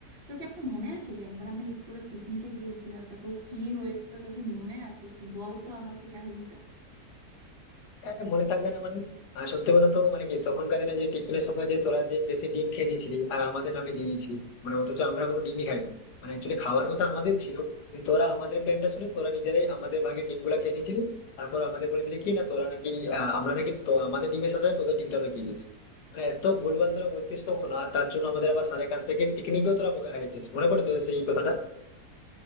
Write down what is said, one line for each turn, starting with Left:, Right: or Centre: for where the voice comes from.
Right: তোর কি একটা মনে আছে যে একবার আমরা স্কুলের পিকনিকে গিয়েছিলাম তারপর কি হয়েছিল তোর কি মনে আছে একটু বল তো আমাকে কাহিনীটা
Left: আরে মনে থাকবে না মানে আহ, সত্যি কথা তো মানে কি তখনকার দিনে যে টিফিনের সময় যে তোরা যে বেশি ডিম খেয়ে নিয়েছিলি আর আমাদের নামে দিয়ে দিয়েছিলি মানে অথচ আমরা কোনো ডিমই খাইনি মানে অ্যাকচুয়ালি খাওয়ার কথা আমাদের ছিল কিন্তু তোরা আমাদের প্ল্যানটা শুনে তোরা নিজেরাই আমাদের ভাগে ডিম গুলা খেয়ে নিয়েছিলি তারপর আমাদের বলে দিলি কি না তোরা নাকি আহ, আমরা নাকি তো আমাদের ডিমের সাথে তোদের ডিমটা রেখে দিয়েছি মানে এত ভুলভাল তোরা বলতিস তখন আর তার জন্য আমাদের আবার স্যারের কাছ থেকে পিকনিকেও তোরা বোকা খাইছিস মনে পড়ে তোদের সেই কথাটা